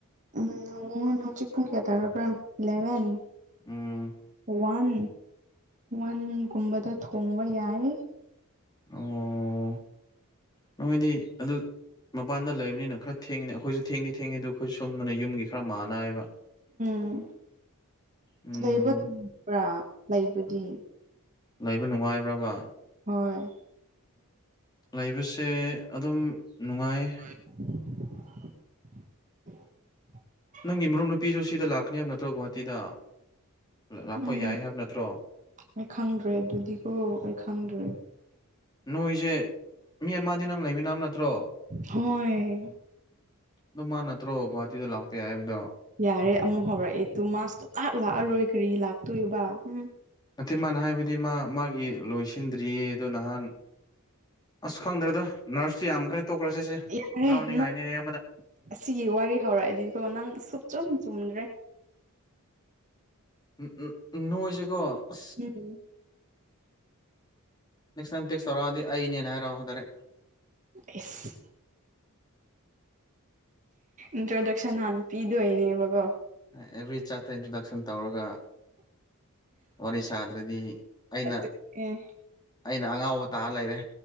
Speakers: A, on the right; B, on the left.
A: ꯎꯝ <unintelligible> ꯍꯧꯖꯤꯛ ꯄꯨꯡ ꯀꯌꯥ ꯇꯥꯔꯕ꯭ꯔꯥ ꯏꯂꯦꯚꯦꯟ
B: ꯎꯝ
A: ꯋꯥꯟ ꯋꯥꯟꯒꯨꯝꯕꯗ ꯊꯣꯡꯕ ꯌꯥꯏ
B: ꯑꯣ ꯅꯣꯏꯗꯤ ꯑꯗꯨ ꯃꯄꯥꯟꯗ ꯂꯩꯕꯅꯤꯅ ꯈꯔ ꯊꯦꯡꯉꯤꯅꯦ ꯑꯩꯈꯣꯏꯁꯨ ꯊꯦꯡꯗꯤ ꯊꯦꯡꯉꯤ ꯑꯗꯨ ꯑꯩꯈꯣꯏ ꯁꯨꯝꯗꯅ ꯌꯨꯝꯒꯤ ꯈꯔ ꯃꯥꯟꯂ ꯍꯥꯏꯕ
A: ꯎꯝ
B: ꯎꯝ
A: ꯂꯩꯕ <inaudible> ꯕ꯭ꯔꯥ ꯂꯩꯕꯗꯤ
B: ꯂꯩꯕ ꯅꯨꯡꯉꯥꯏꯕ꯭ꯔꯕ
A: ꯍꯣꯏ
B: ꯂꯩꯕꯁꯦ ꯑꯗꯨꯝ ꯅꯨꯡꯉꯥꯏ
A: <inaudible>
B: ꯅꯪꯒꯤ ꯃꯔꯨꯞ ꯅꯨꯄꯤꯁꯨ ꯁꯤꯗꯥ ꯂꯥꯛꯀꯅꯦ ꯍꯥꯏꯕ ꯅꯠꯇ꯭ꯔꯣ ꯒꯨꯍꯥꯇꯤꯗ ꯂ ꯂꯥꯛꯄ
A: ꯎꯝ
B: ꯌꯥꯏ ꯍꯥꯏꯕ ꯅꯠꯇ꯭ꯔꯣ
A: ꯑꯩ ꯈꯪꯗ꯭ꯔꯦ ꯑꯗꯨꯗꯤꯀꯣ ꯑꯩ ꯈꯪꯗ꯭ꯔꯦ
B: ꯅꯣꯏꯁꯦ ꯃꯤ ꯑꯃꯗꯤ ꯅꯪ ꯂꯩꯃꯤꯅꯕ ꯅꯠꯇ꯭ꯔꯣ
A: ꯍꯣꯏ
B: ꯑꯗꯣ ꯃꯥ ꯅꯠꯇ꯭ꯔꯣ ꯒꯨꯍꯥꯇꯤꯗ ꯂꯥꯛꯄ ꯌꯥꯏ ꯍꯥꯏꯕꯗꯣ
A: ꯌꯥꯔꯦ ꯑꯃꯨꯛ ꯍꯧꯔꯛꯑꯦ ꯇꯨ ꯃꯥ ꯁꯨꯛꯂꯥꯛ ꯂꯥꯛꯑꯔꯣꯏ ꯀꯔꯤꯒꯤ ꯂꯥꯛꯇꯣꯏꯕ ꯍꯨꯝ
B: ꯅꯠꯇꯦ ꯃꯥꯅ ꯍꯥꯏꯕꯗꯤ ꯃꯥ ꯃꯥꯒꯤ ꯂꯣꯏꯁꯤꯟꯗ꯭ꯔꯤꯌꯦ ꯑꯗꯨ ꯅꯍꯥꯟ ꯑꯁ ꯈꯪꯗ꯭ꯔꯦꯗ ꯅꯔꯁꯇꯨ ꯌꯥꯝꯈ꯭ꯔꯦ ꯇꯣꯛꯈ꯭ꯔꯁꯤꯁꯦ
A: ꯌꯥꯔꯦ
B: ꯉꯥꯎꯅꯤꯉꯥꯏꯅꯤ
A: ꯅꯪ
B: ꯑꯌꯥꯝꯕꯗ
A: ꯑꯁꯤꯒꯤ ꯋꯥꯔꯤ ꯍꯧꯔꯛꯑꯗꯤꯀꯣ ꯅꯪ ꯁꯨꯛꯆꯨꯝ ꯆꯨꯝꯗ꯭ꯔꯦ
B: ꯎ ꯎ ꯅꯣꯏꯁꯦꯀꯣ ꯑ
A: <unintelligible>
B: ꯅꯦꯛꯁ ꯇꯥꯏꯝ ꯇꯦꯛꯁ ꯇꯧꯔꯛꯑꯗꯤ ꯑꯩꯅꯦꯅ ꯍꯥꯏꯔꯛꯑꯣ ꯗꯥꯏꯔꯛ
A: <unintelligible> ꯏꯟꯇ꯭ꯔꯗꯛꯁꯟ ꯍꯥꯟꯅ ꯄꯤꯗꯣꯏꯅꯦꯕꯀꯣ
B: ꯑꯦꯚ꯭ꯔꯤ ꯆꯥꯔꯠꯇ ꯏꯟꯇ꯭ꯔꯣꯗꯛꯁꯟ ꯇꯧꯔꯒ ꯋꯥꯔꯤ ꯁꯥꯗ꯭ꯔꯗꯤ ꯑꯩꯅ
A: ꯑꯗꯨ ꯑꯦ
B: ꯑꯩꯅ ꯑꯉꯥꯎꯕ ꯇꯥ ꯂꯩꯔꯦ